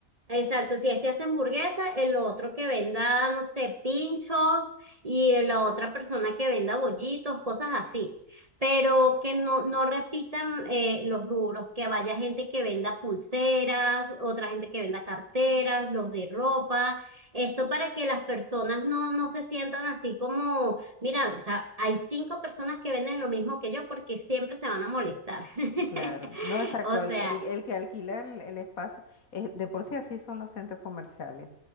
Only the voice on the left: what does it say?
claro. No, exacto.
El,
el- el que alquila el, el espacio, eh, de por sí así son los centros comerciales.